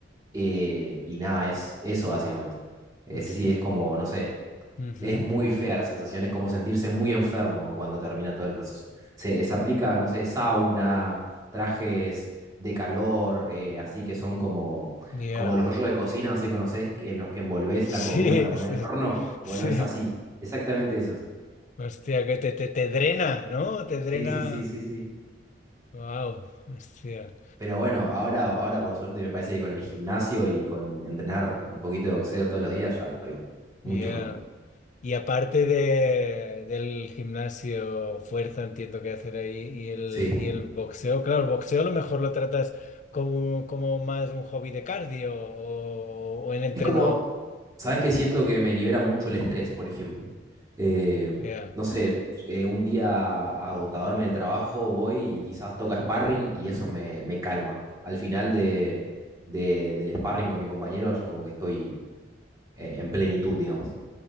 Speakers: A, on the right (about 20°); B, on the left (about 40°).
A: eh, y nada, es eso básicamente. Ese
B: hostia,
A: sí, es como, no sé,
B: ujú,
A: es muy fea la sensación, es como sentirse muy enfermo cuando termina todo el proceso. Se, se aplica, no sé, sauna, trajes de calor, eh, así que son como,
B: ya,
A: como los rollos de cocina, no sé si conocés, en los que envolvés
B: <laughs> Sí,
A: la comida para poner
B: sí,
A: en el horno.
B: sí,
A: Bueno, es así, exactamente esos.
B: hostia, que te, te, te drena, ¿no? Te
A: Sí,
B: drena,
A: sí, sí, sí, sí.
B: wow, hostia,
A: Pero bueno, ahora, ahora por suerte me parece que con el gimnasio y con entrenar un poquito de boxeo todos los días ya estoy
B: ya.
A: mucho mejor.
B: Y aparte de, del gimnasio, fuerza, entiendo que hacer ahí, y el,
A: Sí.
B: y el boxeo, claro, el boxeo a lo mejor lo tratas como, como más un hobby de cardio o, o en entreno.
A: Es como, ¿sabes qué? Siento que me libera mucho el estrés, por ejemplo. Eh,
B: Ya.
A: no sé, eh, un día agotador en el trabajo voy y quizás toca sparring y eso me, me calma. Al final de, de- del sparring con mi compañero es como que estoy eh, en plenitud, digamos.